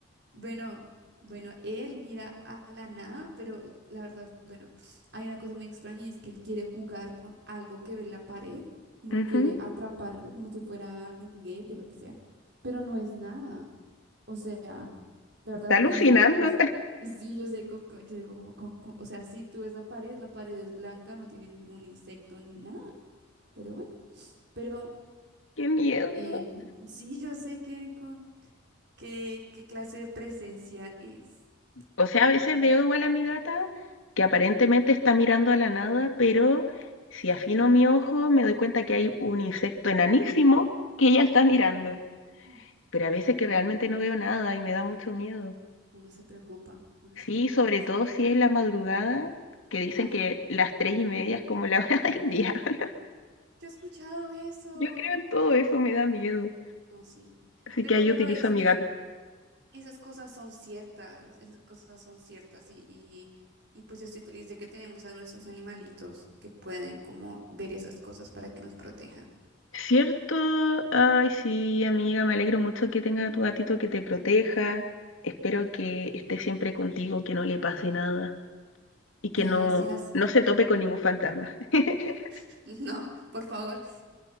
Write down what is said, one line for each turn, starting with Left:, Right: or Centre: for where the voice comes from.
Right: bueno, bueno, él mira a la nada, pero la verdad, bueno, hay una cosa muy extraña y es que él quiere jugar con algo que ve en la pared, como
Left: Ujú.
Right: que quiere atrapar algo como si fuera algún juguete, lo que sea, pero no es nada. O sea, la verdad,
Left: Está alucinando.
Right: no, no. s- Sí, yo sé, co- co- yo digo como, co- co- o sea, si tú ves la pared, la pared es blanca, no tiene ningún insecto ni nada, pero bueno, pero
Left: <laughs> Qué miedo.
Right: eh, sí, yo sé que, co- ¿Qué, qué clase de presencia es?
Left: O sea, a veces
Right: Mm,
Left: veo igual a mi gata que aparentemente está mirando a la nada, pero si afino mi ojo me doy cuenta que hay un insecto enanísimo que ella
Right: Ujú.
Left: está mirando.
Right: mm,
Left: Pero a veces que realmente
Right: ujú.
Left: no veo nada y me da mucho miedo.
Right: Uno se preocupa, uno
Left: Sí,
Right: se preocupa,
Left: sobre
Right: sí.
Left: todo si es la madrugada, que dicen
Right: Ay,
Left: que
Right: no.
Left: las tres y media es como la <laughs> hora del diablo.
Right: Yo he escuchado eso.
Left: Yo creo en todo eso, me da miedo.
Right: No, sí.
Left: Así
Right: Pero,
Left: que ahí
Right: pero
Left: utilizo
Right: es,
Left: a mi
Right: pero
Left: gata.
Right: esas cosas son ciertas, esas cosas son ciertas y, y, y pues yo estoy feliz de que tenemos a nuestros animalitos que pueden como ver esas cosas para que nos protejan.
Left: ¿Cierto? Ay, sí, amiga, me alegro mucho que tenga a tu gatito que te proteja. Espero que esté siempre contigo, que no le pase nada y
Right: Gracias.
Left: que no, no se tope con ningún fantasma. <laughs>
Right: <laughs> No, por favor.